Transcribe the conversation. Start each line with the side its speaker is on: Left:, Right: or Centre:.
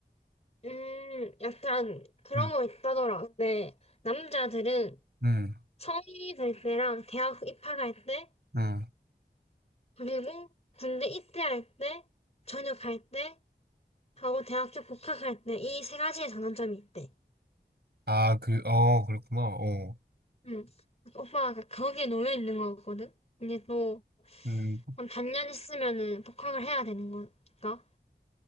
Left: 음, 약간 그런
Right: 응,
Left: 거 있다더라. 근데 남자들은
Right: 응,
Left: 성인이 될 때랑 대학 입학할 때,
Right: 응.
Left: 그리고 군대 입대할 때, 전역할 때, 하고 대학교 복학할 때, 이 세 가지의 전환점이 있대.
Right: 아, 그, 어, 그렇구나. 어,
Left: 응 오빠가 거기에 놓여 있는 거거든? 근데 또,
Right: 음,
Left: 한 반년 있으면은 복학을 해야 되는 거니까.